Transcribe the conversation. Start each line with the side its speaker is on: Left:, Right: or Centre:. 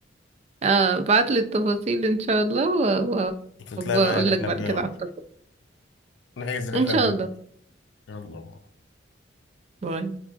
Right: اه بعت لي التفاصيل ان شاء الله
Left: تطلعي
Right: وبقول
Left: معايا رحلة
Right: لك بعد
Left: في
Right: كده
Left: ار
Right: على التجربة
Left: نحجز رحلة
Right: ان شاء
Left: في
Right: الله
Left: ار يلا
Right: باي